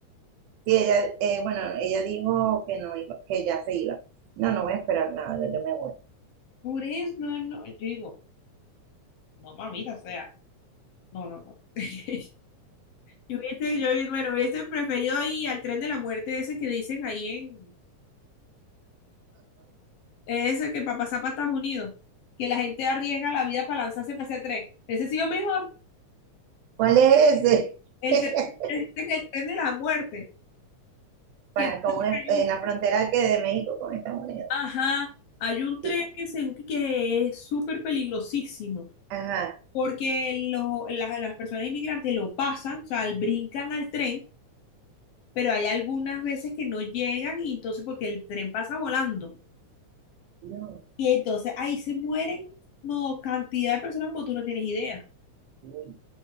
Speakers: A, on the right; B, on the left.
A: Sí, ella, eh, bueno, ella dijo que no iba, que ya se iba. No, no voy a esperar nada, ya yo me voy.
B: Por eso, no, no, yo digo, no, mamita, o sea, no, no, no. <laughs> Yo hubiese, yo, bueno, hubiese preferido ir al tren de la muerte ese que dicen ahí en, ese que para pasar para Estados Unidos, que la gente arriesga la vida para lanzarse para ese tren. Ese ha sido mejor,
A: ¿Cuál es ese?
B: el
A: <laughs>
B: tren, dicen el tren de la muerte,
A: para
B: que entonces
A: como en
B: hay un-
A: la frontera que de México con Estados Unidos.
B: ajá, hay un tren
A: Y,
B: que, se- que es súper peligrosísimo,
A: ajá.
B: porque lo- las, las personas inmigrantes lo pasan, o sea, brincan al tren, pero hay algunas veces que no llegan y entonces porque el tren pasa volando.
A: Dios,
B: Y entonces ahí se mueren no, cantidad de personas como tú no tienes idea.
A: uy,